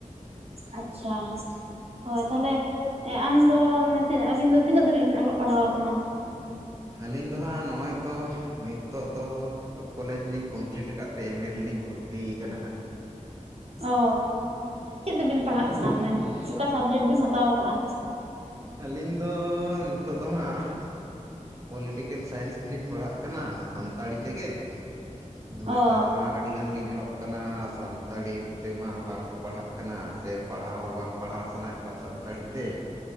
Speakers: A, on the right (about 50°); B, on the right (about 25°).
A: ᱟᱪᱪᱷᱟ ᱾ ᱦᱳᱭ ᱛᱟᱦᱚᱞᱮ ᱮ ᱟᱢᱫᱚ ᱢᱟᱱᱮ ᱟᱵᱤᱱ ᱫᱚ ᱛᱤᱱᱟᱹᱜ ᱫᱷᱟᱹᱵᱤᱡ ᱵᱤᱱ ᱚᱞᱚᱜ ᱯᱟᱲᱦᱟᱣ ᱟᱠᱟᱱᱟ?
B: ᱟᱹᱞᱤᱧ ᱫᱚ ᱦᱟᱸᱜ ᱱᱚᱜ-ᱚᱭ ᱛᱚ ᱱᱤᱛᱚᱜ ᱫᱚ ᱠᱚᱞᱮᱡ ᱞᱤᱧ ᱠᱚᱢᱯᱞᱤᱴ ᱟᱠᱟᱫ ᱛᱮ ᱮᱢ ᱮ ᱨᱮᱞᱤᱧ ᱵᱷᱚᱨᱛᱤᱭ ᱠᱟᱱᱟ ᱦᱟᱸᱜ᱾
A: ᱚ, ᱪᱮᱫ ᱛᱮᱵᱤᱱ ᱯᱟᱲᱦᱟᱜ ᱠᱟᱱᱟ ᱢᱟᱱᱮ ᱚᱠᱟ ᱥᱟᱵᱽᱡᱮᱠᱴ ᱵᱮᱱ ᱦᱟᱛᱟᱣ ᱟᱠᱟᱟᱜᱼᱟ?
B: ᱟᱹᱞᱤᱧ ᱫᱚ ᱱᱤᱛᱚᱜ ᱫᱚ ᱦᱟᱸᱜ ᱯᱚᱞᱤᱴᱤᱠᱮᱞ ᱥᱟᱭᱮᱱᱥᱞᱤᱧ ᱯᱟᱲᱦᱟᱜ ᱠᱟᱱᱟ ᱥᱟᱱᱛᱟᱲᱤ ᱛᱮᱜᱮ ᱾ ᱱᱮᱛᱟᱨ
A: ᱚ
B: ᱢᱟ ᱟᱹᱰᱤᱜᱟᱱ ᱜᱮ ᱧᱮᱞᱚᱜ ᱠᱟᱱᱟ, ᱥᱟᱱᱛᱟᱲᱤ ᱛᱮᱢᱟ ᱵᱟᱝᱠᱚ ᱯᱟᱲᱦᱟᱜ ᱠᱟᱱᱟ ᱥᱮ ᱯᱟᱲᱦᱟᱣ ᱦᱚᱸ ᱵᱟᱝ ᱯᱟᱲᱦᱟᱣ ᱥᱟᱱᱟᱭᱮᱫ ᱠᱚᱣᱟ ᱥᱟᱱᱛᱟᱲᱤ ᱛᱮ,